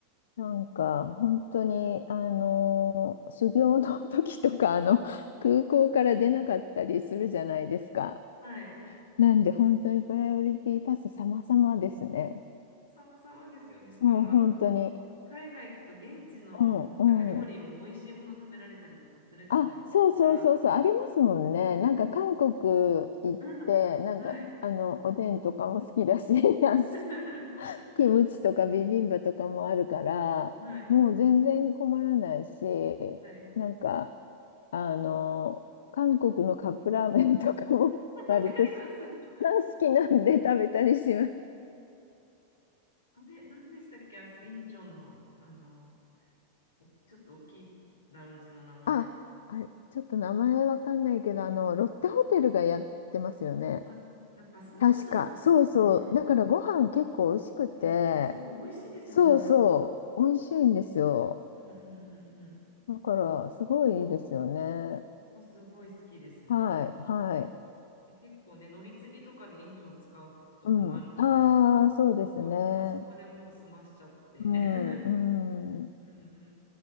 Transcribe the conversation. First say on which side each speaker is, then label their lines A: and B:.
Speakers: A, on the left; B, on the left.
A: う。なんか、本当に、あのー修行の <laughs> 時とか、あの、空港から出なかったりするじゃないですか。
B: はい、
A: なんで、本当にプライオリティパス様々ですね。
B: 様々ですよね。しかもあの
A: もう本当に。
B: 海外行くと現地のなんか料理も美味しいもの食べられたりとかするじゃないですか。
A: うん、うん。あ、そうそうそうそう、ありますもんね。
B: ね、
A: なんか、韓国行って、
B: うんうんはい、
A: なんか、あの、おでんとかも好きだし、<laughs> あの
B: <laughs>
A: キムチとかビビンバとかもあるから、
B: はい、
A: もう全然困らないし、
B: はい。
A: なんか、あの、韓国のカップラーメンとかも
B: わかります。
A: <laughs> 割と好き、<laughs> 好きなんで食べたりします。
B: あれ、何でしたっけ、あインチョンの、あの、おちょっと大きいラウンジの名前です。
A: あ、あれ、ちょっと名前わかんないけど、あの、ロッテホテルがやってますよね。
B: あ、やっぱそうなんですね。
A: 確か。そうそう。だからご飯結構美味しくて、
B: いや、そう、美味しいですよね、
A: そうそう。
B: あそこ。
A: 美味しいんですよ。
B: うんうんうんうん。
A: だから、すごいいいですよね。
B: そこすごい好きですね。
A: はい、はい。
B: で結構ね、乗り継ぎとかでインチョン使うこととかもあるので、
A: うん。ああ、そうですね。
B: なんかあそこでもう済ましちゃって。
A: うん、
B: <laughs>
A: うん。
B: うんうん。